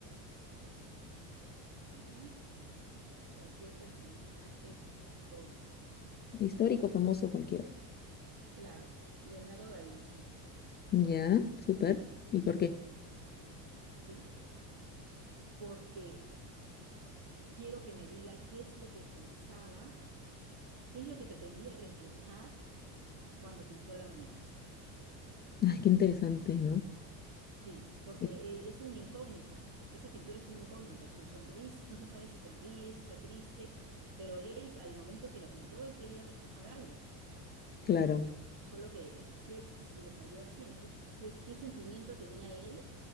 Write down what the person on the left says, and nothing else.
Histórico, famoso, cualquiera.
Ya, súper. ¿Y por qué?
Ay, qué interesante, ¿no?
Eh,
Claro.